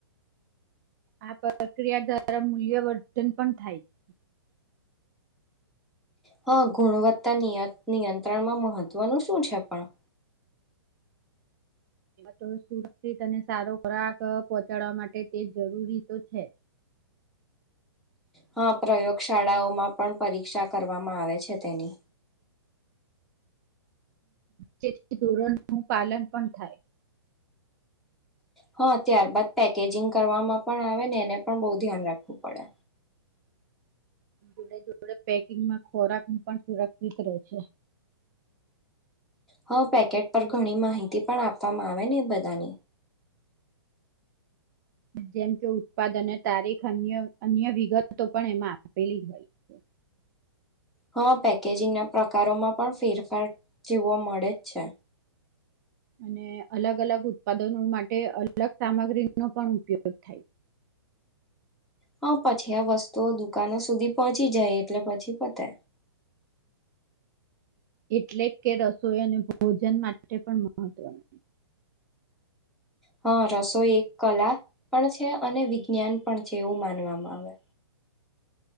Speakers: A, on the right; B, in the centre.
A: આ પ્રક્રિયા દ્વારા મૂલ્યવર્ધન પણ થાય છે.
B: હા ગુણવત્તા નીય નિયંત્રણમાં મહત્વનું શું છે પણ?
A: તો સુરક્ષિત અને સારો ખોરાક પહોંચાડવા માટે તે જરૂરી તો છે.
B: હા પ્રયોગશાળાઓમાં પણ પરીક્ષા કરવામાં આવે છે તેની.
A: જેથી ધોરણનું પાલન પણ થાય.
B: હા ત્યારબાદ પેકેજિંગ કરવામાં પણ આવે ને એને પણ બો ધ્યાન રાખવું પડે.
A: જોડે જોડે પેકિંગમાં ખોરાક પણ સુરક્ષિત રહેે છે.
B: હા પેકેટ પર ઘણી માહિતી પણ આપવામાં આવે ને એ બધાની.
A: જેમ કે ઉત્પાદ અને તારીખ અન અન્ય વિગતો પણ એમાં આપેલી હોય છે.
B: હા પેકેજિંગના પ્રકારોમાં પણ ફેરફાર જોવા મળે જ છે.
A: અને અલગ અલગ ઉત્પાદનો માટે અલગ સામગ્રીનો પણ ઉપયોગ થાય.
B: હા પછી આ વસ્તુઓ દુકાનો સુધી પહોંચી જાય એટલે પછી પતે.
A: એટલે કે રસોઈ અને ભોજન માટે પણ મહત્વનું.
B: હા રસોઈ એક કલા પણ છે, અને વિજ્ઞાન પણ છે, એવું માનવામાં આવે.